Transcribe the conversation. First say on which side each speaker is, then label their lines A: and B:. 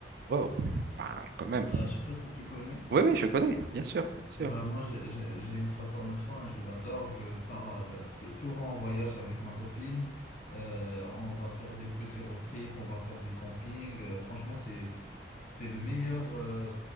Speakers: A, on the right; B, on the left.
A: Wow, ben quand même.
B: Euh, je sais pas si tu connais.
A: Oui, oui, je connais, bien sûr, bien sûr.
B: Bah, moi, j'ai j'ai- j'ai une Tracer 900 et je l'adore. Je pars euh, t- souvent en voyage avec ma copine. Euh, on va faire des petits road trips, on va faire du camping. Euh, franchement, c'est c'est le meilleur. euh,